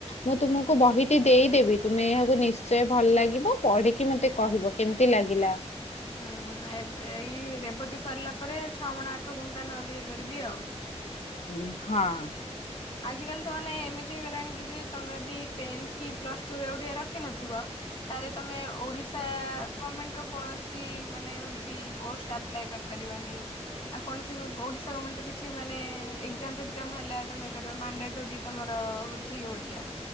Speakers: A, on the left; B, on the left.
A: ମୁଁ ତୁମକୁ ବହିଟି ଦେଇଦେବି ତୁମେ ଏହାକୁ ନିଶ୍ଚୟ ଭଲ ଲାଗିବ ପଢିକି ମତେ କହିବ। କେମତି ଲାଗିଲା।
B: ହୁଁ ଏବେ ଏଇ ରେବତୀ ସରିଲା ପରେ ଛଅ ମାଣ ଆଠ ଗୁଣ୍ଠୁ ଟା ନହେଲେ ଇଏ କରିବି ଆଉ।
A: ଉଁ ହଁ।
B: ଆଜିକାଲି ତ ମାନେ ଏମିତି ହେଇଗଲାଣି କି ଯେ ତମେ ଯଦି ଟେନ୍ଥେ କି ପ୍ଲସ ଟୁରେ ଓଡ଼ିଆ ରଖିିନଥିବ। ତାରେ ତମେ ଓଡିଶା ଗମେଣ୍ଟ ର କୌଣସି ମାନେ ହଉଛି ପୋଷ୍ଟ ଆପ୍ଲାଏ କରିପାରିବନି। ଆଉ କୌଣସି ବି ଓଡିଶା ଗମେଣ୍ଟ ର କିଛି ମାନେ ଏକ୍ଜାମ ଫେକ୍ଜାମ ହେଲା ତମେ ମାଣ୍ଡାଟୋରି ତମର ହଉଛି ଓଡିଆ।